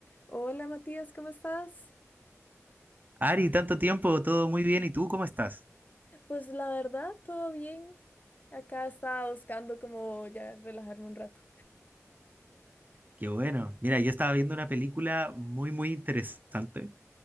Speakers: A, on the left; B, on the right.
A: Hola Matías, ¿cómo estás?
B: Ari, tanto tiempo, todo muy bien. ¿Y tú cómo estás?
A: Pues la verdad, todo bien. Acá estaba buscando como ya relajarme un rato.
B: Qué bueno. Mira, yo estaba viendo una película muy, muy interesante